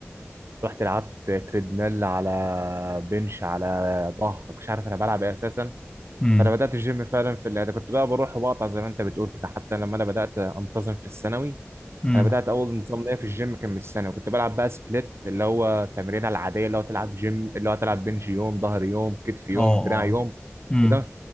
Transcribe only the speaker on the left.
امم
امم
اه اه
امم